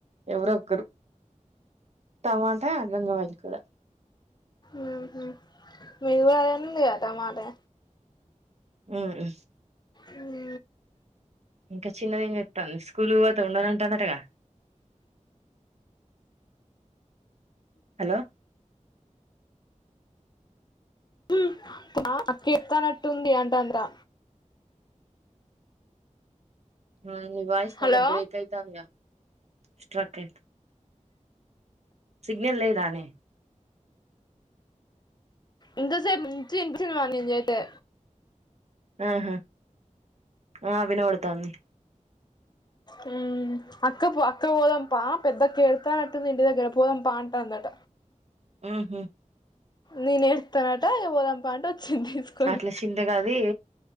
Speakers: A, on the right (about 55°); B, on the left (about 35°).
A: ఎవరొక్కరు టమాటా గంగ వాయిల్ కూర.
B: ఉహ్ నువ్వు గాదు వండిందిగా టమాటె
A: ఉహ్
B: మ్మ్
A: ఇంక చిన్నదేం జేత్తాంది. స్కూలు కు పొతే ఉండనం దాంటగా హలో
B: మ్మ్ ఆ అక్క చెప్తానట్టుంది అంటది రా
A: మ్మ్ నీ వాయిస్
B: హలో
A: మళ్ళ బ్రేక్ అయి తానియ స్ట్రకయ్ సిగ్నల్ లేదానే
B: ఇంతసేపు మంచిగ ఇనిపించిదిగా నేను జెత్తే
A: ఆహ ఆ వినపడతాంది
B: హ్మ్ అక్క పొ అక్క పోదం పా పెద్దక్క ఏడుతానట్టుంది ఇంటి దగ్గర పోదాం పా అంటాందట
A: ఊహు.
B: నేను ఎడుత్తనటా ఇగ పొదం పా అంటె వచ్చింది తీసుకొని
A: అట్ల షింత గదీ